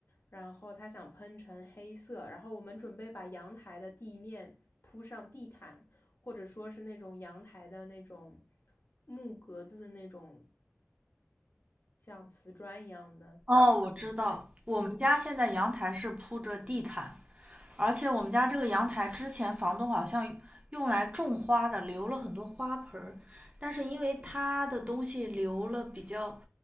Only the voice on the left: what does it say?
然后他想喷成黑色，然后我们准备把阳台的地面铺上地毯，或者说是那种阳台的那种木格子的那种像瓷砖一样的
对，